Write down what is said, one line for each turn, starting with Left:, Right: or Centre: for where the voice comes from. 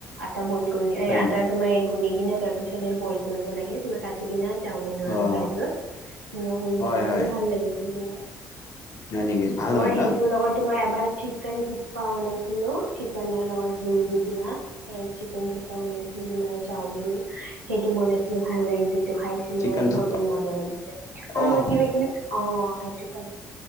Right: আটা বইল কৰি-এ-আটাটো
Left: হয় নেকি?
Right: মই গুলি কিনে তাৰ তাৰপিছতে বইল কৰিব লাগে, তোমাৰ কাটি কিনে চাওমিনৰ
Left: অ'
Right: চাইজত, সেনেকুৱা কৰি
Left: হয়
Right: বনাইছিলোঁ,
Left: হয়
Right: ভাল লাগিছিল তোমাৰ।
Left: হয় নেকি ভাল
Right: মই
Left: হয়
Right: সেইটোৰ
Left: ন?
Right: লগত তোমাৰ এবাৰ চিকেন থুপ্পা বনাইছিলো, চিকেনৰ লগত জোল দি কিনা, এ চিকেন থুপ বনাইছিলোঁ তোমাৰ, চাওমিন সেইটো বনাইছিলোঁ, ভাল লাগিছিল। সেইটো খাইছিলোঁ
Left: চিকেন থুপা
Right: বৰ মজা লাগিছে, আৰু
Left: অ'
Right: মই কিবা-কিবি, অ' সেইটো খাইছিলোঁ।